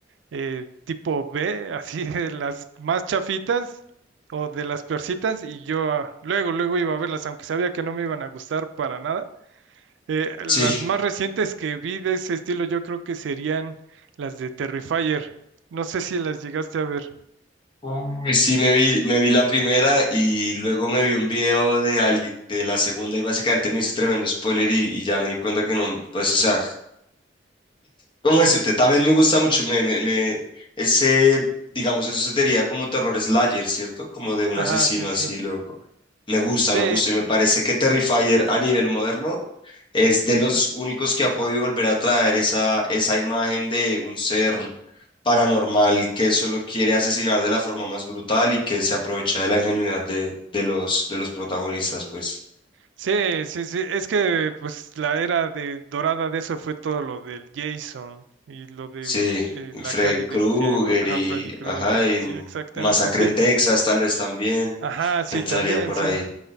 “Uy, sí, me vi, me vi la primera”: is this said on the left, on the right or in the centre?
Left